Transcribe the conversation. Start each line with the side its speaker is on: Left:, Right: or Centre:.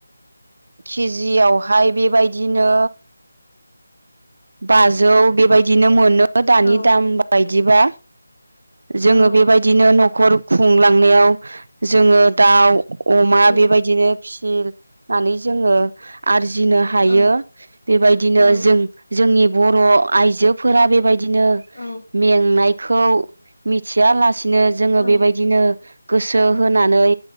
Right: केजियावहाय बेबायदि बिदिनो बाजौ बेबायदिनो मोनो। दानि
Left: औ
Right: दाम बाय जिबा जोङो
Left: औ
Right: बेबायदिनो न'ख खर खुंलांनायाव जोङो दाउ अमा
Left: औ
Right: बेबायदिनो फिसि नानै जोङो आरजि नो हायो
Left: औ
Right: बेबायदिनो
Left: औ
Right: जों जोंनि बर' आइजोफोरा बेबायदिनो
Left: औ
Right: मेंनायखौ मिथियालासिनो जोङो
Left: औ
Right: बेबायदिनो गोसो होनानै